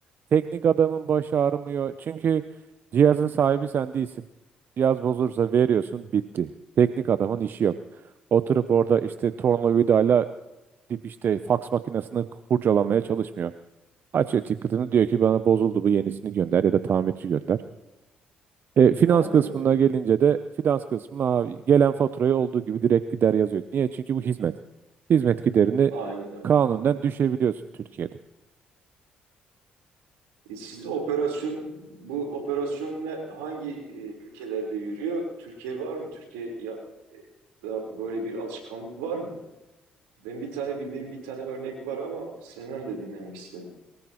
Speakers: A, on the right; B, on the right.
A: Teknik adamın başı ağrımıyor. Çünkü cihazın sahibi sen değilsin. Cihaz bozulursa veriyorsun bitti. Teknik adamın işi yok. Oturup orada işte tornavidayla dip işte faks makinesini kurcalamaya çalışmıyor. Açıyor ticket'ını diyor ki bana bozuldu bu yenisini gönder ya da tamirci gönder. E, finans
B: aynen
A: kısmına
B: öyle.
A: gelince de finans kısmına abi gelen faturayı olduğu gibi direkt gider yazıyor. Niye? Çünkü bu hizmet. Hizmet giderini
B: Aynen öyle.
A: kanunen düşebiliyorsun Türkiye'de.
B: E, siz operasyon bu operasyon ne hangi e, ülkelerde yürüyor? Türkiye var mı? Türkiye ya da böyle bir alışkanlık var mı? Ben bir tane bildiğim bir tane örnek var ama senden de dinlemek isterim.